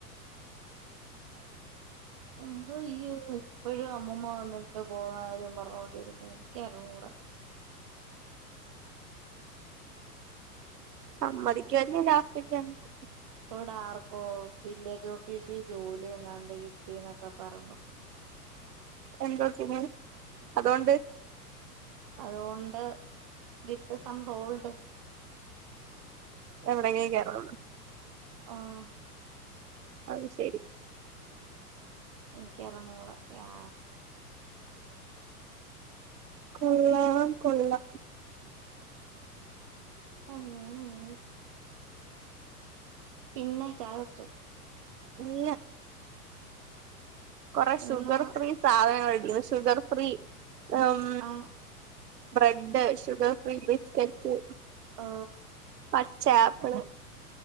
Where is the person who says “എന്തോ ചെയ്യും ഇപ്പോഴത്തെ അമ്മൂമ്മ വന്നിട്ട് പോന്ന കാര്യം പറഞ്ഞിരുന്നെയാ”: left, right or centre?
Right